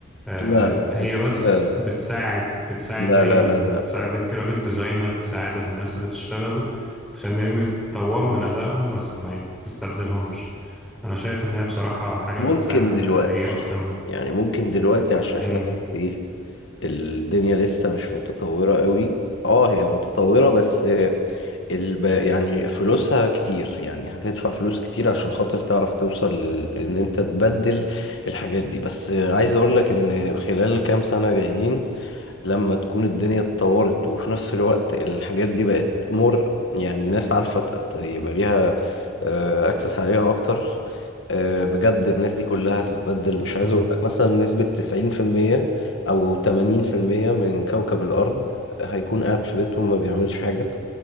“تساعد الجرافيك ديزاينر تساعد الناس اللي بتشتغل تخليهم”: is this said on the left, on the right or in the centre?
Centre